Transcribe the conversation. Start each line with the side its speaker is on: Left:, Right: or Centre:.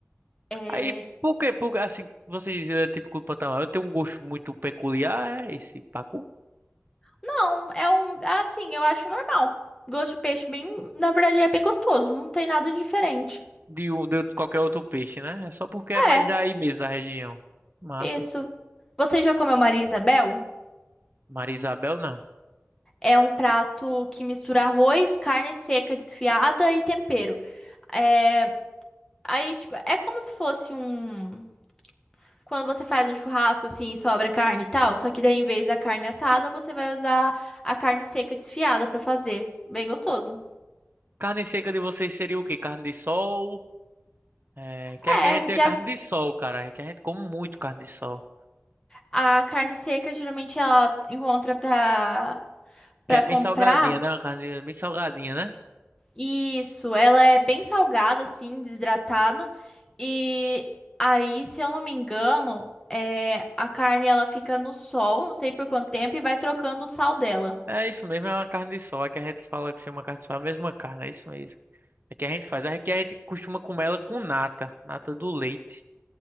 Left: É,
Right: Aí, por que, por, assim, vocês é típico do Pantanal? Eu tenho um gosto muito peculiar, é esse pacu,
Left: Não, é um. Assim, eu acho normal. Gosto de peixe bem. Na verdade, é bem gostoso. Não tem nada diferente.
Right: de, um- de qualquer outro peixe, né? É só porque é
Left: É,
Right: mais daí mesmo, da região. Massa.
Left: isso. Você já comeu Maria Isabel?
Right: Marisabel, não.
Left: É um prato que mistura arroz, carne seca desfiada e tempero. É, aí, tipo, é como se fosse um. Quando você faz um churrasco assim, e sobra carne e tal, só que daí em vez da carne assada, você vai usar a carne seca desfiada pra fazer. Bem gostoso.
Right: Carne seca de vocês seria o quê? Carne de sol? É, que
Left: É,
Right: aqui a gente tem
Left: já
Right: carne de sol, cara. Que a gente come muito carne de sol.
Left: A carne seca geralmente ela encontra pra para
Right: Que é bem
Left: comprar.
Right: salgadinha, né? Uma carne bem salgadinha, né?
Left: Isso, ela é bem salgada assim, desidratada. E aí, se eu não me engano, é, a carne ela fica no sol, não sei por quanto tempo e vai trocando o sal dela.
Right: É isso mesmo, é uma carne de sol. Aqui a gente fala que chama carne de sol, é a mesma carne, é isso mesmo. Aqui a gente faz, aqui a gente costuma comer ela com nata, nata do leite.